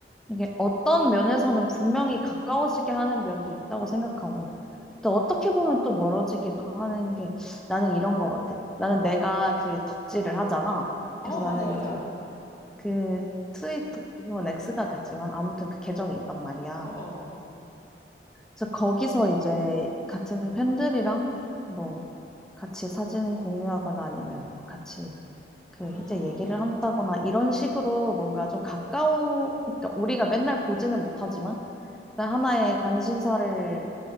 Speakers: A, in the centre; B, on the left.
A: 이게 어떤 면에서는 분명히 가까워지게 하는 면도 있다고 생각하고, 또 어떻게 보면 또 멀어지기도 하는 게 나는
B: 음,
A: 이런 것 같아. 나는
B: 어.
A: 내가 그 덕질을 하잖아.
B: 어,
A: 그래서
B: 맞아,
A: 나는
B: 맞아.
A: 그, 그 트위터, 지금은 X가 됐지만 아무튼 그 계정이 있단 말이야.
B: 어, 어.
A: 그래서 거기서 이제 같은 팬들이랑 뭐 같이 사진 공유하거나 아니면 뭐 같이 그
B: 아,
A: 이제 얘기를 한다거나 이런 식으로 뭔가 좀 가까워, 그러니까 우리가 맨날 보지는 못하지만 나 하나의 관심사를,